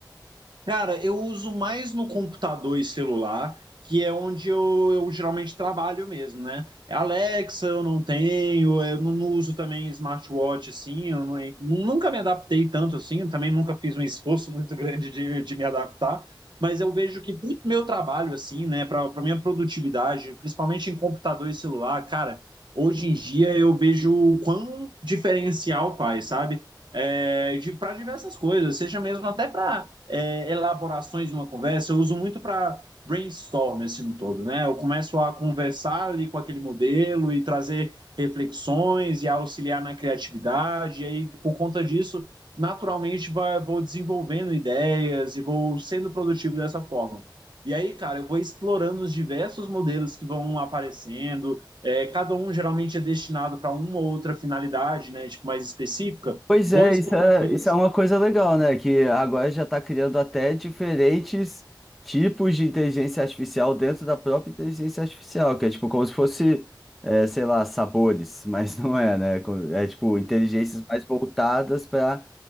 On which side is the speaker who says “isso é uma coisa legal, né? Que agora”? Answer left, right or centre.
Centre